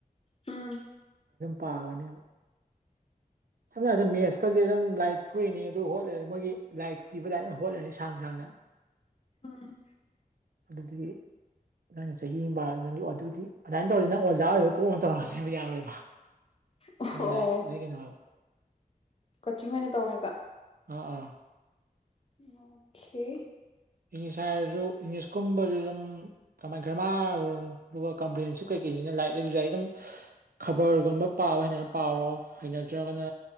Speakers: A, on the left (about 40°); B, on the right (about 70°).
A: ꯎꯝ
B: ꯄꯥꯥꯅ
A: <unintelligible>
B: ꯁꯝꯅ ꯍꯥꯏꯔꯕꯗ ꯃꯦꯠꯁꯀꯁꯦ ꯑꯗꯨꯝ ꯂꯥꯏꯔꯤꯛ ꯊꯣꯛꯏꯅꯤ ꯑꯗꯨ ꯍꯣꯠꯂꯔꯦ ꯃꯣꯏꯒꯤ ꯂꯥꯏꯔꯤꯛꯇ ꯄꯤꯕꯗꯥꯏ ꯑꯗꯨꯝ ꯍꯣꯠꯂꯔꯅꯤ ꯁꯥꯡ ꯁꯥꯡꯅ
A: ꯎꯝ
B: ꯑꯗꯨꯗꯤ ꯅꯪꯅ ꯆꯍꯤ ꯑꯃꯔ ꯅꯪꯒꯤ ꯑꯗꯨꯗꯤ ꯑꯗꯨꯃꯥꯏꯅ ꯇꯧꯔꯗꯤ ꯅꯪ ꯑꯣꯖꯥ ꯑꯣꯏꯕ ꯀꯣꯛꯅ ꯇꯧꯔꯛꯑꯅꯦꯕ ꯌꯥꯔꯣꯏꯕ
A: ꯑꯣ
B: ꯂꯩ ꯂꯩꯒꯅ ꯃꯥꯕ
A: ꯀꯣꯆꯤꯡ ꯑꯣꯏꯅ ꯇꯧ ꯍꯥꯏꯕ
B: ꯑꯥ
A: ꯑꯣꯀꯦ
B: ꯏꯪꯂꯤꯁ ꯍꯥꯏꯔꯁꯨ ꯏꯪꯂꯤꯁꯀꯨꯝꯕꯁꯨ ꯑꯗꯨꯝ ꯀꯃꯥꯏ ꯒ꯭ꯔꯃꯥꯔ ꯑꯗꯨꯒ ꯀꯝꯄ꯭ꯔꯤꯍꯦꯟꯁꯤꯞ ꯀꯩꯀꯩ ꯅ ꯂꯥꯏꯔꯤꯛ ꯂꯥꯏꯁꯨ ꯑꯩ ꯑꯗꯨꯝ ꯈꯕꯔꯒꯨꯝꯕ ꯄꯥꯕ ꯍꯅ ꯄꯥꯔꯣ ꯍꯩꯅꯗ꯭ꯔꯒꯅ